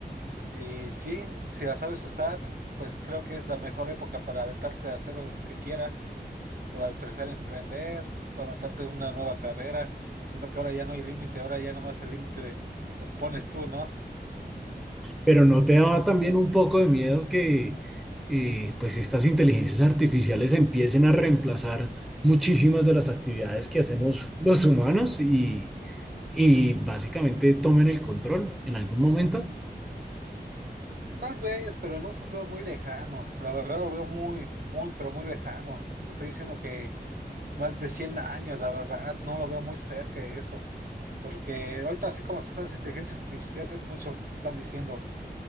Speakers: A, on the right; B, in the centre.
A: Y sí, si la sabes usar, pues creo que es la mejor época para aventarte a hacer lo que quieras, o a empezar a emprender, o aventarte una nueva carrera. Siento que ahora ya no hay límite, ahora ya nomás el límite de lo pones tú, ¿no?
B: Pero ¿no te daba también un poco de miedo que eh, pues estas inteligencias artificiales empiecen a reemplazar muchísimas de las actividades que hacemos los humanos y, y básicamente tomen el control en algún momento?
A: Tal vez, pero en un futuro muy lejano. La verdad lo veo muy, muy, pero muy lejano. Te estoy diciendo que más de 100 años, la verdad, no lo veo muy cerca eso, porque ahorita así como están las inteligencias artificiales, muchos están diciendo,